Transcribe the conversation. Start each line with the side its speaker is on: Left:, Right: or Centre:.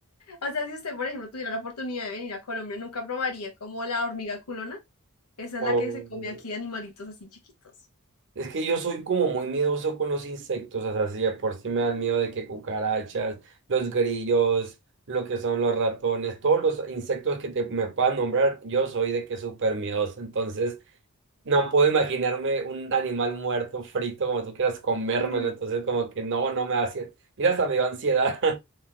Left: O sea, si usted, por ejemplo, tuviera la oportunidad de venir a Colombia, nunca probaría como la hormiga culona. Esa es
Right: O,
Left: la que se come aquí de animalitos así chiquitos.
Right: Es que yo soy como muy miedoso con los insectos, o sea, si de por sí me dan
Left: Ujú.
Right: miedo de que cucarachas, los grillos, lo que son los ratones, todos los insectos que te, me puedan nombrar, yo soy de que súper miedoso, entonces no puedo imaginarme un animal muerto, frito, como tú quieras comérmelo,
Left: Uy.
Right: entonces como que no, no me hace, mira, hasta me dio ansiedad.